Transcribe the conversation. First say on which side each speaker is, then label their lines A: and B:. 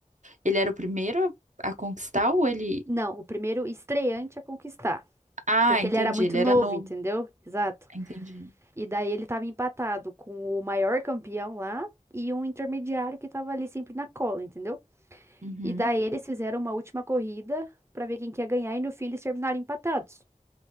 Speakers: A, on the right; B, on the right.
A: ele era o primeiro a conquistar ou ele.
B: não, o primeiro estreante a conquistar.
A: Ah,
B: Porque
A: entendi,
B: ele era muito
A: ele
B: novo,
A: era novo.
B: entendeu? Exato.
A: Entendi.
B: E daí ele tava empatado com o maior campeão lá e um intermediário que tava ali sempre na cola, entendeu?
A: Uhum.
B: E daí eles fizeram uma última corrida pra ver quem que ia ganhar e no fim eles terminaram empatados.